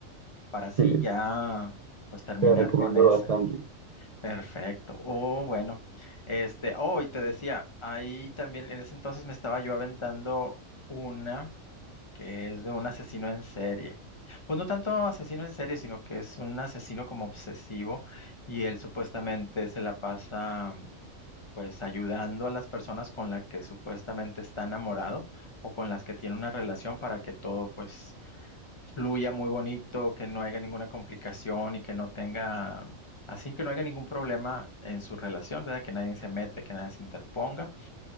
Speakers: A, on the left (about 25°); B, on the right (about 70°).
A: para así
B: Sí,
A: ya pues terminar
B: te la recomiendo
A: con esa.
B: bastante.
A: Perfecto. Oh, bueno. Este, oh, y te decía, ahí también en ese entonces me estaba yo aventando una que es de un asesino en serie. Pues no tanto asesino en serie, sino que es un asesino como obsesivo y él supuestamente se la pasa pues ayudando a las personas con las que supuestamente está enamorado o con las que tiene una relación para que todo pues fluya muy bonito, que no haya ninguna complicación y que no tenga, así que no haya ningún problema en su relación, ¿verdad? Que nadie se mete, que nadie se interponga